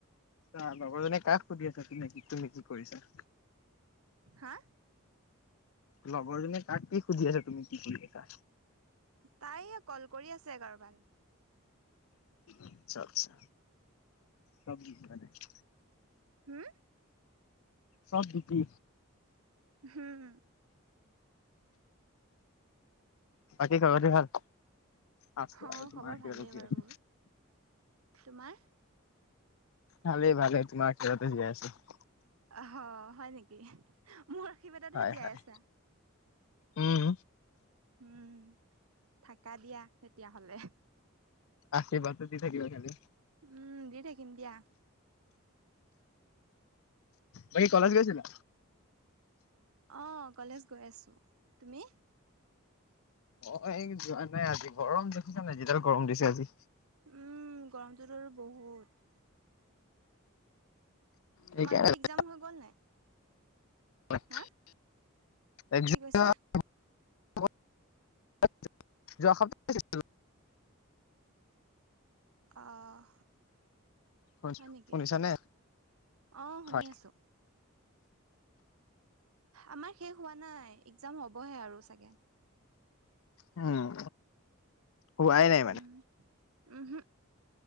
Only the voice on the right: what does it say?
হা?
তাই এ কল কৰি আছে কাৰোবাক।
হম
হম
অ'
খবৰ
ভালেই
বাৰু
মোৰ, তোমাৰ?
<unintelligible> হয় নেকি? মোৰ আশীৰ্বাদতহে
জীয়াই
আছা।
উম, থাকা দিয়া তেতিয়া হলে।
উম, দি থাকিম দিয়া।
অ কলেজ গৈ আছো। তুমি?
উম, গৰমটোত আৰু বহুত। তোমালোকৰ
একজাম হৈ গ'ল নাই?
হা, কি কৈছা?
অঁ,
হয় নেকি?
অঁ, শুনি
আছোঁ। আমাৰ শেষ হোৱা নাই, একজাম হবহে আৰু চাগে।
উম, উমহো,